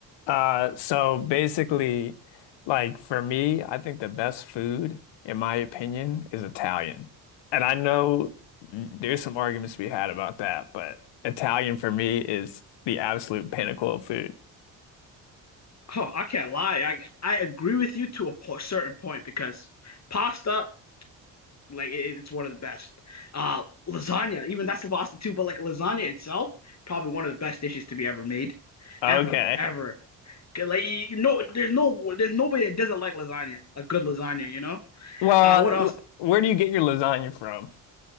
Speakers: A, on the left; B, on the left.
A: Uh, so basically, like for me, I think the best food, in my opinion, is Italian. And I know there's some arguments to be had about that, but Italian for me is the absolute pinnacle of food.
B: Oh, I can't lie. I I agree with you to a po certain point because pasta, like it, it's one of the best. Uh, lasagna, even that's the pasta too. But like lasagna itself, probably one of the best dishes to be ever made,
A: Okay.
B: ever, ever. 'Cause, Like you no, there's no, there's nobody that doesn't like lasagna. A good lasagna, you know.
A: Well,
B: Uh, what else?
A: l- where do you get your lasagna from?